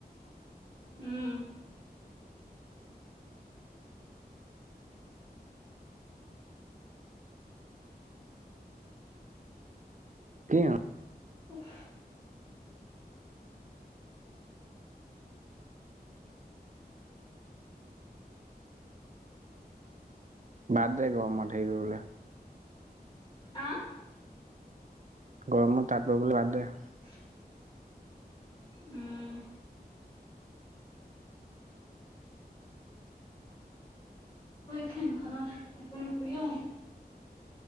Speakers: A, on the left; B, on the right.
A: উম।
B: কি উম।
A: উফ।
B: বাদ দে গৰমত হেৰি কৰিবলৈ।
A: আহ।
B: গৰমত তাঁত ববলৈ বাদ্ দে।
A: উ <unintelligible> উম। ফেনখানৰ একো নোশু ও।